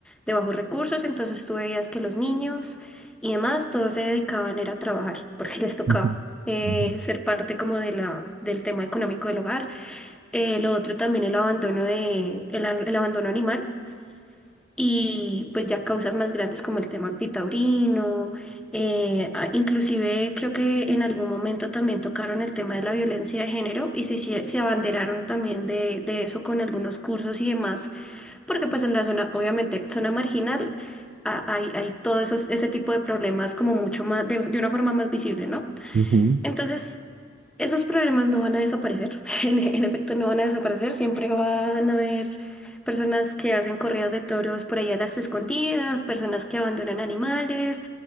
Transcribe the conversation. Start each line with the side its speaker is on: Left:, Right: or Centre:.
Centre: de bajos recursos, entonces tú veías que los niños y demás, todos se dedicaban era a trabajar, <laughs> porque les tocaba.
Right: Ujú,
Centre: eh,
Right: ujú,
Centre: ser parte como de la, del tema económico del hogar. Eh, lo otro también el abandono de, el, a- el abandono animal, y pues ya causas más grandes como el tema antitaurino, eh, a- inclusive creo que en algún momento también tocaron el tema de la violencia de género y se, hicie- se abanderaron también de, de eso con algunos cursos y demás, porque pues en la zona, obviamente, zona marginal, a- hay, hay todo esos, ese tipo de problemas como mucho más, de, de una forma más visible, ¿no?
Right: ujú,
Centre: Entonces... Esos problemas no van a desaparecer, <laughs> en, e- en efecto no van a desaparecer, siempre van a haber personas que hacen corridas de toros por ahí a las escondidas, personas que abandonan animales,